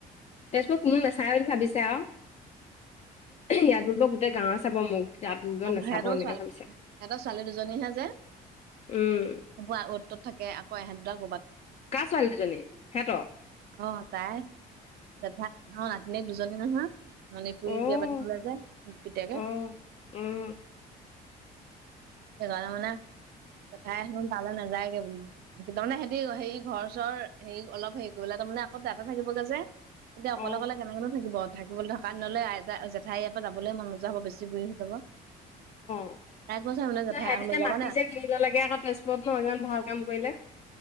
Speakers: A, on the left; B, on the right.
A: তেজপুৰত কোনো নাচায় বুলি ভাবিছে আও ইয়াত বুলিব গোট গোটেই গাৱে চাব মোক তাত বুলিব
B: অ
A: নাচাব
B: সিহঁতৰ
A: এনেকে
B: ছোৱালী
A: ভাবিছে
B: সিহঁতৰ ছোৱালী দুজনীহে যে
A: উম
B: বোৱা অত তত থাকে আকৌ এহেঁত দুটাক
A: কাৰ ছোৱালী দুজনী সেতৰ
B: অ তাই জেঠাই অ নাতিনীয়েক দুজনী নহয়। মানে পুৰি
A: অ
B: বিয়া পাতিছিলে যায় পিতেকে
A: উম উম
B: সেইকাৰণে মানে জেঠাই হতৰ ভালে ন। যায়গে বো তাৰানে সিহতি হৰি ঘৰ চৰ হেৰি অলপ হেৰি কৰিবলে তাৰমানে আকৌ তাতে থাকিবগৈ যে। এতিয়া
A: অ
B: অকলে অকলে কেনেকেনু থাকিব। থাকিব থকা দিনলে আইটা এ জেঠাই ইয়াৰ পৰা যাবলৈ মন নোযোৱা হব বেছি বুঢ়ী হৈ যাব
A: ত
B: তাই কৈছে মানে জেঠাই
A: সিহঁততি
B: লৈ যাবা
A: মাটি
B: নে
A: যে কিনি ললেগে আকৌ তেজপুৰত ন ইমান ভাল কাম কৰিলে।